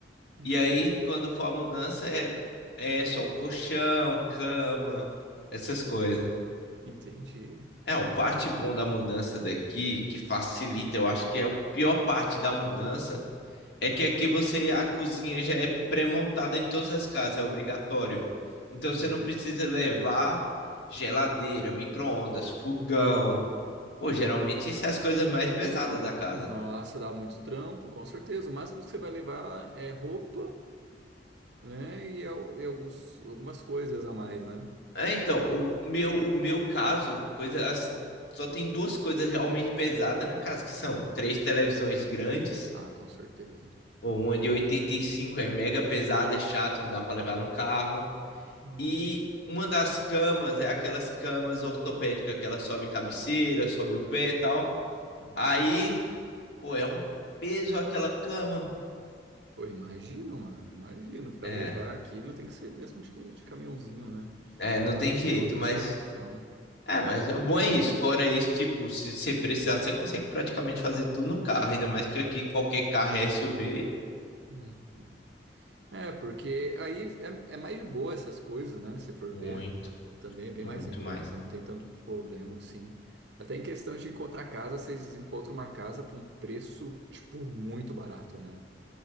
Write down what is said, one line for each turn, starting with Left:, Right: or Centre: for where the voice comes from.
Right: Hum,
Left: E aí, quando for a mudança, é, é só o colchão, cama, essas coisas.
Right: entendi.
Left: É, o parte bom da mudança daqui, que facilita, eu acho que é o pior parte da mudança, é que aqui você, a cozinha já é pré-montada em todas as casas, é obrigatório. Então
Right: Uhum.
Left: você não precisa levar geladeira, micro-ondas, fogão. Pô, geralmente isso é as coisas mais pesadas da casa.
Right: Nossa, dá muito trampo, com certeza. O máximo que você vai levar é roupa, né? E, al- e alguns, algumas coisas a mais, né?
Left: É, então, o meu, o meu caso, coisa, as- só tem duas coisas realmente pesadas na casa, que são três televisões grandes,
Right: Ah, com certeza.
Left: pô,
Right: Uhum.
Left: uma de 85 é mega pesada, é chato, não dá para levar no carro,
Right: Uhum.
Left: e uma das camas é aquelas camas ortopédicas que ela sobe cabeceira, sobe o pé e tal.
Right: Ah.
Left: Aí, pô, é um peso aquela cama.
Right: Pô, imagino, mano, imagino. Para
Left: É,
Right: levar aquilo tem que ser mesmo de, de caminhãozinho, né?
Left: é,
Right: Não,
Left: não tem
Right: não
Left: jeito,
Right: tem outra
Left: mas
Right: solução.
Left: É, mas o bom é isso. Fora isso, tipo, se você precisar, você consegue praticamente fazer tudo no carro. Ainda mais que aqui qualquer carro é SUV.
Right: Uhum. É, porque aí é, é mais de boa essas coisas, né? Se for
Left: Muito,
Right: ver, também é bem
Left: muito
Right: mais em conta,
Left: mais.
Right: não tem tanto problema assim. Até em questão de encontrar casa, vocês encontram uma casa por um preço, tipo, muito barato, né?